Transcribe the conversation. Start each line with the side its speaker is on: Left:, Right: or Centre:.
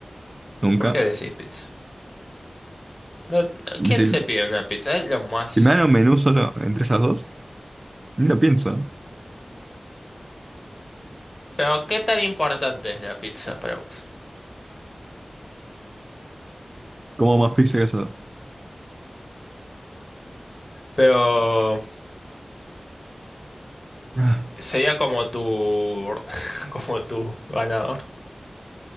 Right: nunca.
Left: ¿Por qué decís pizza? No- no,
Right: Es
Left: ¿quién
Right: decir,
Left: se pide una pizza? Es lo más.
Right: si me dan un menú solo entre esas dos, ni lo pienso.
Left: Pero, ¿qué tan importante es la pizza para vos?
Right: Como más pizza que esas dos?
Left: Pero
Right: Ah,
Left: sería como tu <laughs> como tu ganador.